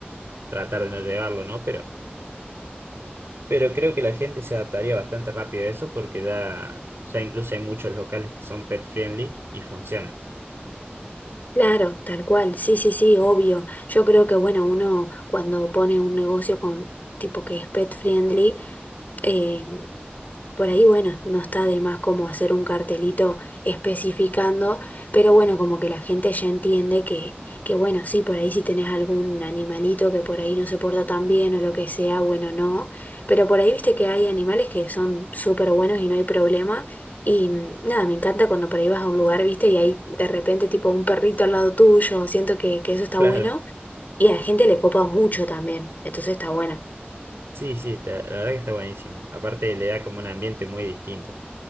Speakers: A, on the right; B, on the left.
A: tratar de no llevarlo, ¿no? Pero, pero creo que la gente se adaptaría bastante rápido a eso porque ya, ya incluso hay muchos locales que son pet friendly y funcionan.
B: Claro, tal cual, sí, sí, sí, obvio. Yo creo que, bueno, uno cuando pone un negocio con tipo que es pet friendly, eh, por ahí, bueno, no está de más como hacer un cartelito especificando, pero bueno, como que la gente ya entiende que, que bueno, sí, por ahí si tenés algún animalito que por ahí no se porta tan bien o lo que sea, bueno, no, pero por ahí viste que hay animales que son súper buenos y no hay problema, y mm, nada, me encanta cuando por ahí vas a un lugar, viste, y hay de repente tipo un perrito al lado tuyo, siento que, que eso está
A: Claro.
B: bueno, y a la gente le copa mucho también, entonces está bueno.
A: Sí, sí, está- la verdad que está buenísimo. Aparte le da como un ambiente muy distinto.